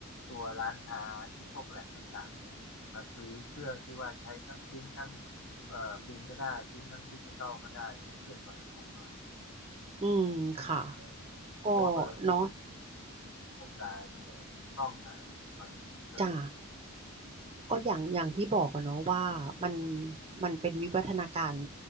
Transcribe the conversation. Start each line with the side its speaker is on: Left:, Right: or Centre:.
Left: ตัวร้านค้าที่พวกแหลกต่างๆเนี่ยมาซื้อเครื่องที่ว่าใช้ทั้งปริ้นทั้งเอ่อปริ้นก็ได้ปริ้นทั้งดิจิตอลก็ได้ซึ่งเครื่องตอนนั้นแพงมาก
Right: อืมค่ะ
Left: เออ
Right: ก็
Left: เพราะว่าเบอร์ที่อยู่ใน
Right: เนาะ
Left: วงการเอ่อกล้องมาตอนนั้นก็เลยรู้
Right: จ้า ก็อย่างอย่างที่บอกอะเนาะว่ามันมันเป็นวิวัฒนาการ